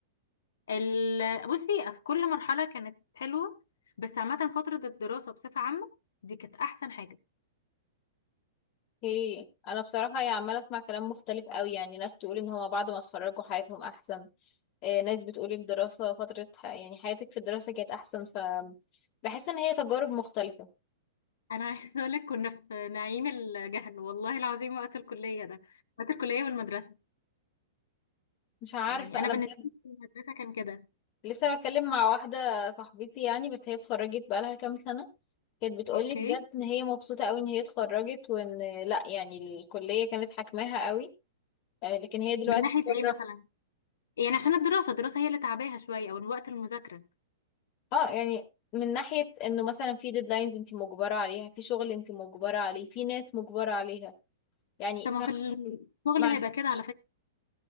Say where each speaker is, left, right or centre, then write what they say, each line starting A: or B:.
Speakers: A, on the left; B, on the left.
A: ال... بصي في كل مرحله كانت حلوه بس عامه فتره الدراسه بصفه عامه دي كانت احسن حاجه
B: ايه انا بصراحه يعني عماله اسمع كلام مختلف قوي يعني ناس تقول ان هما بعد ما اتخرجوا حياتهم احسن آه، ناس بتقول الدراسة فترة ح- يعني حياتك في الدراسة كانت أحسن ف بحس إن هي تجارب مختلفة
A: انا عايزه اقول لك كنا في نعيم الجهل والله العظيم وقت الكليه ده وقت الكليه والمدرسه
B: مش عارفة
A: يعني انا
B: أنا
A: بالنسبه
B: بجد
A: لي المدرسه كان كده
B: لسه بتكلم مع واحدة صاحبتي يعني بس هي اتخرجت بقالها كام سنة كانت بتقولي
A: اوكي
B: بجد إن هي مبسوطة أوي إن هي اتخرجت وإن لأ يعني الكلية كانت حاكماها أوي آه، لكن هي دلوقتي
A: من ناحيه ايه
B: بره
A: مثلا يعني عشان الدراسة الدراسة هي اللي تعباها شوية او وقت المذاكرة
B: اه يعني من ناحية إنه مثلا في ديدلاينز أنت مجبرة عليها في شغل أنت مجبرة عليه في ناس مجبرة عليها يعني
A: طب ما
B: فاهمة
A: في الشغل
B: ما
A: هيبقى
B: عندكش
A: كده على فكرة